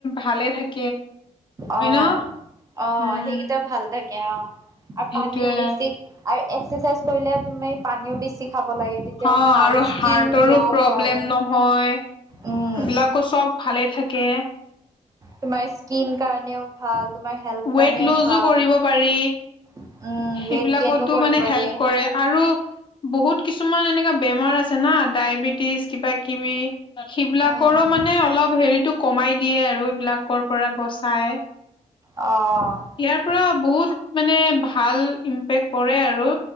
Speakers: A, on the left (about 40°); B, on the right (about 25°).
A: ভালে থাকে।
B: অ'
A: হয় ন?
B: অ'
A: উম,
B: সেইকেইটা ভাল থাকে অ'। আৰু
A: সেইটোয়ে।
B: পানীও বেছি, আৰু এক্সাৰচাইজ কৰিলে তুমি পানীও বেছি খাব লাগে তেতিয়াও
A: অ',
B: ভাল।
A: আৰু হাৰ্টৰো
B: স্কিন গ্ল'
A: প্ৰব্লেম
B: হয়
A: নহয়,
B: উম
A: সিবিলাকো চব ভালে থাক কে-এ।
B: তোমাৰ স্কিন কাৰণেও ভাল। তোমাৰ হেল্থ
A: ৱেইট
B: কাৰণেও
A: লোজো
B: ভাল
A: কৰিব পাৰি।
B: উম
A: সেইবিলাকতো
B: ৱেইট গেইনো কৰিব
A: মানে
B: পাৰি
A: হেল্প কৰে আৰু বহুত কিছুমান এনেকুৱা বেমাৰ আছে না, ডায়বেটিছ, কিবা-কিবি গাখী বিিলাকৰো
B: উম
A: মানে অলপ হেৰিটো কমাই দিয়ে আৰু এইবলাকৰ পৰা বচাই।
B: অ'- অ'।
A: ইয়াৰ পৰা বহুত মানে ভাল ইম্পেক্ পৰে আৰু